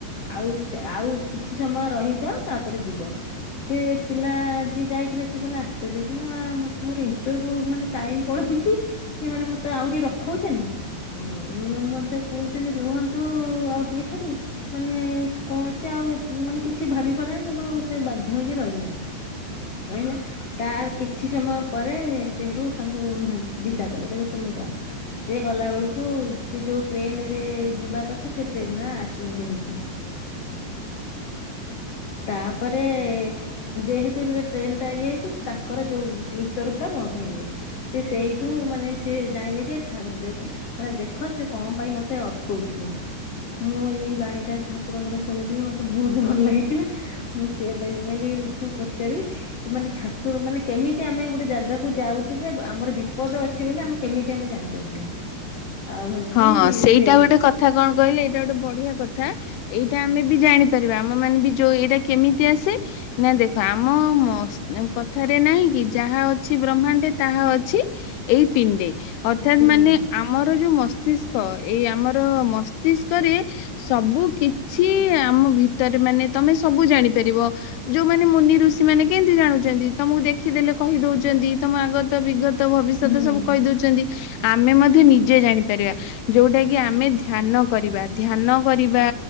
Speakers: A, on the left; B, on the left.
A: ଆଉ ଚା ଆଉ କିଛି ସମୟ ରହିଯାଅ ତାପରେ ଯିବ। ସେ ପିଲା ଯିଏ ଯାଇଥିଲା ସେ କହିଲା ଆଶ୍ଚର୍ଯ୍ୟ କହିଲା ମୋର ଇନଟରର୍ଭୁ ମାନେ ଟାଇମ୍ ପଳଉଛି। ସେ ମାନେ ମତେ ଆହୁରି ରଖଉଚନି। ଉଁ ମତେ କହୁଛନ୍ତି ରୁହନ୍ତୁ ଆଉ ଟିକେ ଛାଡିକି। ମାନେ ସ୍କ ସେ ଆଉ ମାନେ କିଛି ଭାବି ପାରିଲା ନି ସେଠୁ ସେ ବାଧ୍ୟ ହେଇକି ରହିଲା। ରଇଲା। ତାର କିଛି ସମୟ ପରେ ସେ ସେଠୁ ତାଙ୍କୁ ବିଦା କଲେ କହିଲେ ତମେ ଯାଅ। ସିଏ ଗଲାବେଳକୁ ସେ ଯୋଉ ଟ୍ରେନରେ ଯିବା କଥା ସେ ଟ୍ରେନ ର ଆକ୍ସିଡେଣ୍ଟ ହେଇଛି। ତାପରେ। ଯେହେତୁ ସେ ଟ୍ରେନ ଟା ଇଏ ହେଇଚି ତାଙ୍କର ଯୋଉ ଇନଣ୍ଟରଭ୍ୟୁ ଟା ବନ୍ଦ ହେଇଯାଇଛି। ସେ ସେଇଠୁ ମାନେ ସେ ଯାଇଁଲେ ଯେ ଠା ଦେ ମାନେ ଦେଖ ସେ କଣ ପାଇଁ ମତେ ଅଟକୋଉଥିଲେ। ମୁଁ ଏଇ ବାଣୀ ଟା ଠାକୁରଙ୍କର ଶୁଣିଥିଲି ମତେ ବହୁତ ଭଲ ଲାଗିଥିଲା। ମୁଁ ସେଇଆ ପାଇଲି ଭାବିଲି ଦେଖିଆ ପଚାରିବି। କୁ ମାନେ ଠାକୁର ମାନେ କେମିତି ଆମେ ଗୋଟେ ଜାଗାକୁ ଯାଉଛେ ଯେ ଆମର ବିପଦ ଅଛି ବୋଲି ଆମେ କେମିତି ଆମେ ଜାଣିପାରିବା ଆଉ ହଉଛି
B: ହଁ ସେଇଟା
A: ସେ।
B: ଗୋଟେ କଥା କଣ କହିଲେ ଏଇଟା ଗୋଟେ ବଢିଆ କଥା। ଏଇଟା ଆମେ ବି ଜାଣିପାରିବା ଆମ ମାନେ ବି ଯୋଉ ଏଇଟା କେମିତି ଆସେ। ନା ଦେଖ ଆମ ମ କଥା ରେ ନାଇଁ କି ଯାହା ଅଛି ବ୍ରହ୍ମାଣ୍ଡେ ତାହା ଅଛି। ଏଇ ପିଣ୍ଡେ ଅର୍ଥାତ୍
A: ତିନି
B: ମାନେ
A: ଦିନ
B: ଆ ମର ଯୋଉ ମସ୍ତିଷ୍କ ଏଇ ଆମର ମସ୍ତିଷ୍କ ରେ। ସବୁ କିଛି ଆମ ଭିତରେ ମାନେ ତମେ ସବୁ ଜାଣିପାରିବ। ଯୋଉମାନେ ମୁନି ଋଷି ମାନେ କେମିତି ଜାଣୁଛନ୍ତି ତମକୁ ଦେଖିଦେଲେ କହି ଦଉଛନ୍ତି ତମ ଆଗତ ବିଗତ। ଭବିଷ୍ୟତ
A: ହୁଁ।
B: ସବୁ କହି ଦଉଛନ୍ତି ଆମେ ମଧ୍ୟ ନିଜେ ଜାଣିପାରିବା। ଯୋଉଟା କି ଆମେ ଧ୍ୟାନ କରିବା ଧ୍ୟାନ କରିବା।